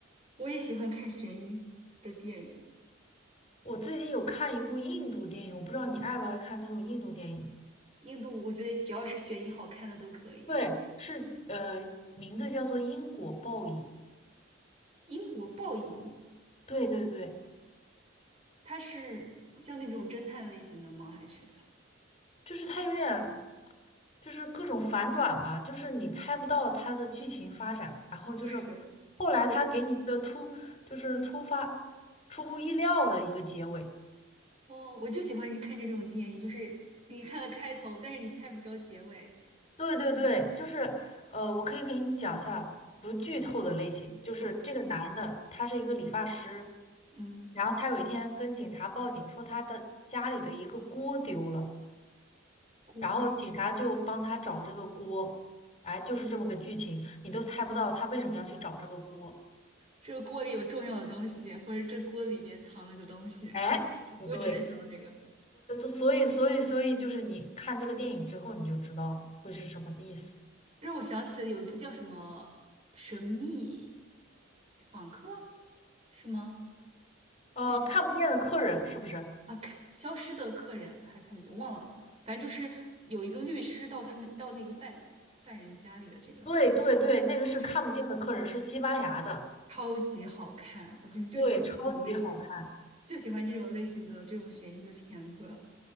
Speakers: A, on the right (about 30°); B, on the left (about 30°).
A: 我也喜欢看悬疑的电影，
B: 我最近有看一部印度电影，我不知道你爱不爱看这种印度电影。
A: 印度我觉得只要是悬疑好看的都可以。
B: 对，是呃，名字叫做《因果报应》。
A: 英国报应，
B: 对对对，
A: 它是像那种侦探类型的吗？还是？
B: 就是它有点就是各种反转吧，就是你猜不到它的剧情发展，然后就是
A: 对的，
B: 后来它给你一个突，
A: 我
B: 就是突发出乎意料的一个结尾。
A: 哦，我就喜欢看这种电影，就是你看了开头，但是你猜不着结尾。
B: 对对对，就是呃，我可以给你讲一下不剧透的类型，就是这个男的他是一个理发师，
A: 好的，嗯，
B: 然后他有一天跟警察报警说他的家里的一个锅丢了，
A: 锅，
B: 然后警察就帮他找这个锅，哎，就是这么个剧情，你都猜不到他为什么要去找这个锅，
A: 这个锅里有重要的东西，或者这锅里边藏了个东西，<laughs>
B: 哎，
A: 我只我只能想到这个。
B: 不对，所以所以所以所以就是你看这个电影之后你就知道了会是什么意思，
A: 让我想起了有一部叫什么《神秘访客》，是吗？
B: 呃，
A: 就是
B: 看不见的客人是不是？
A: 啊，看消失的客人还看不清，忘了，反正就是有一个律师到他们到那个犯犯人家里的这个，
B: 对对对，那个是看不见的客人，
A: 我觉得
B: 是西班牙的，
A: 超级好看，我就是就喜欢这种类型的，
B: 对，超级好看。
A: 就喜欢这种类型的这种悬疑的片子。